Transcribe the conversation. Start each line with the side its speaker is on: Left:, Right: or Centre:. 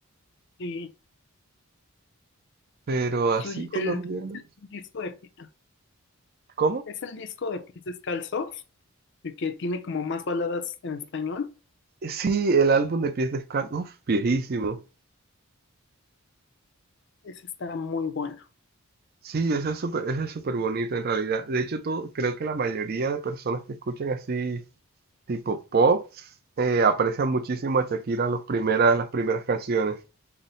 Left: sí.
Right: Pero así
Left: Su- el,
Right: colombianos,
Left: el disco de, Pi-
Right: ¿cómo?
Left: es el disco de Pies Descalzos, el que tiene como más baladas en español.
Right: Sí, el álbum de Pies Descalzos, uf, viejísimo.
Left: Ese está muy bueno.
Right: Sí, ese es súper, ese es súper bonito en realidad. De hecho, todo, creo que la mayoría de personas que escuchan así tipo pop eh, aprecian muchísimo a Shakira los primeras, las primeras canciones,